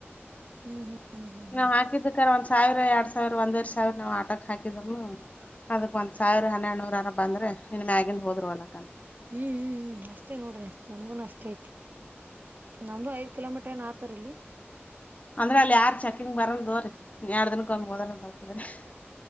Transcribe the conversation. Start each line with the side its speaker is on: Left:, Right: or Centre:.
Right: ಹ್ಮ್ ಹ್ಮ್ ಹ್ಮ್ ಹ್ಮ್ ಹ್ಮ್ ಹ್ಮ್
Left: ನಾವ್ ಹಾಕಿದ ಕನ ಒಂದ್ ಸಾವಿರ ಎರಡ್ ಸಾವಿರ ಒಂದೂವರೆ ಸಾವಿರ ನಾವ್ ಆಟೋಕ್ ಹಾಕಿದ್ರುನು. ಅದಕ್ ಒಂದ್ ಸಾವಿರ ಹೆಡುನೂರ ಅರ ಬಂದ್ರೆನ್ ಮ್ಯಗಂದ ಹೋದ್ರು ಹೋಗ್ಲಾಕ.
Right: ಹ್ಮ್ ಹ್ಮ್ ಹ್ಮ್ ಅಷ್ಟೇ ನೋಡ್ರ ನಮ್ಗನು ಅಷ್ಟೇ ಐತಿ. ನಮ್ದು ಐದ್ ಕಿಲೋಮೀಟರ್ ಏನ ಆತರ್ ಇಲ್ಲಿ.
Left: ಅಂದ್ರೆ ಅಲ್ಲಿ ಯಾರ್ ಚೆಕಿಂಗ್ ಬರಲ್ ದೋರಿ ಎಡೂ ದಿನಕ್ಕೊಮ್ಮೆ ಹೋದ್ರೆ <unintelligible>